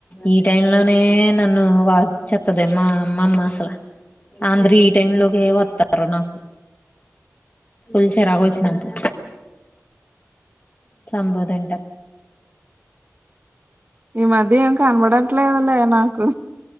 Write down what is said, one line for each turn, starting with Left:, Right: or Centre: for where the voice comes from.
Left: ఈ టైం లోనే నన్ను వా చెత్తదే మా అమ్మమ్మ అసల అందరు ఈ టైం లోకే వత్తరు నాకు ఉల్చ రగోల్సినపు సంబుదింట
Right: ఈ మధ్య ఏం కనబడట్లేదులే నాకు